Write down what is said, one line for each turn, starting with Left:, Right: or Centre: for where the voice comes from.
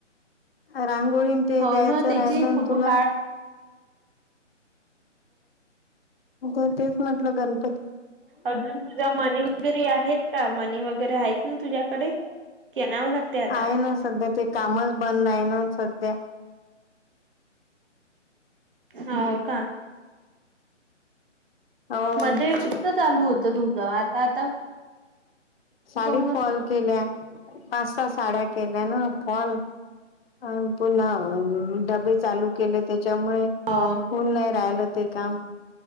Left: रांगोळी ते
Right: हो
Left: द्यायचं
Right: ना त्याचे
Left: राहिलं
Right: फोटो
Left: तुला
Right: काढ
Left: म तेच म्हटलं गण
Right: अजून तुझ्या मनी वगैरे आहेत का मनी वगैरे आहेत ना तुझ्याकडे की आणावं लागते आता
Left: आहे ना सध्या ते कामच बंद आहे ना सध्या
Right: हो का
Left: हो
Right: मध्ये मुसत चालू होत तुझं आता आता
Left: साडी
Right: काऊनच
Left: फॉल केल्या पाच सहा साड्या केल्या न फॉल अ पुन्हा डबे चालू केले त्यामुळे
Right: हो
Left: होऊन नाही राहिलं ते काम